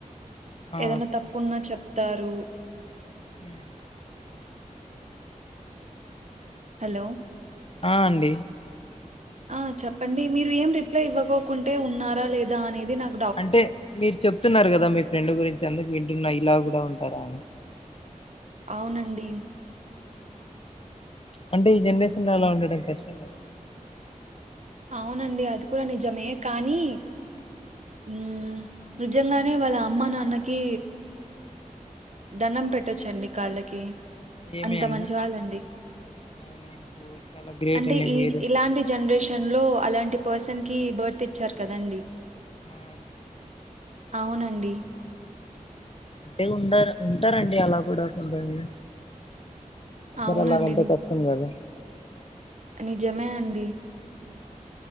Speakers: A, on the left (about 45°); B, on the right (about 60°).
A: ఆ
B: ఏదైనా తప్పున్నా చెప్తారు
A: ఉమ్
B: హలో
A: ఆ అండి
B: ఆ చెప్పండి మీరు ఏం రిప్లై ఇవ్వకోకుంటే ఉన్నారా లేదా అనేది నాక్
A: అంటే మీరు చెప్తున్నారు గదా మీ ఫ్రెండ్ గురించి అందుకు వింటున్న ఇలా గుడా ఉంటారా అని
B: అవునండి
A: అంటే ఈ జనరేషన్ లో అలా ఉండడం కష్టం కదండి
B: అవునండి అది కూడా నిజమే కానీ ఊమ్ నిజంగానే వాళ్ళ అమ్మ నాన్నకీ ధనం పెట్టొచ్చండి కాళ్ళకి
A: ఏమే
B: అంత
A: అండి
B: మంచి వాళ్ళండి
A: అవునా ఓ చాలా గ్రేట్
B: అంటే
A: అండి
B: ఈజ్
A: మీరు
B: ఇలాంటి జనరేషన్ లో అలాంటి పర్సన్ కి బర్త్ ఇచ్చారు కదండి
A: ఆ
B: అవునండి
A: అంటే ఉండారు ఉంటారండి అలా కూడా కొంతంది అందర్
B: అవునండి.
A: అలాగంటే కష్ అం గదా
B: అ నిజమే అండి